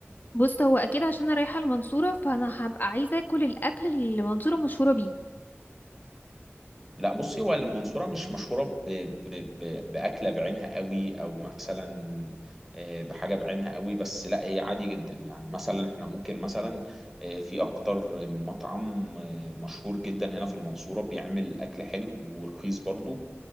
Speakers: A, on the left; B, in the centre.
A: بص هو اكيد عشان انا رايحة المنصورة فانا هبقى عايزة اكل الاكل اللي المنصورة مشهورة بيه
B: لا بصي هو المنصورة مش مشهورة ب... ب... ب... بأكلة بعينها قوي او مثلا آه، بحاجة بعينها قوي بس لا هي عادي جدا يعني مثلا احنا ممكن مثلا آه، في اكتر من مطعم آه، مشهور جدا هنا في المنصورة بيعمل اكل حلو ورخيص برضو